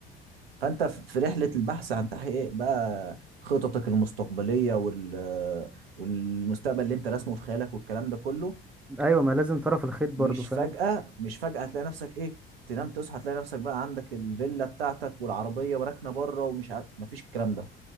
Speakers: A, on the right (about 80°); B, in the centre.
A: فانت في رحلة البحث عن تحقيق إيه؟ بقى خططك المستقبلية وال آه، والمستقبل اللي انت راسمه في خيالك والكلام ده كله
B: ايوه ما لازم طرف الخيط برضو
A: مش
B: فاهم
A: فجأة مش فجأة هتلاقي نفسك ايه تنام تصحى تلاقي نفسك بقى عندك الفيلا بتاعتك والعربية وراكنة بره ومش عارف مفيش الكلام ده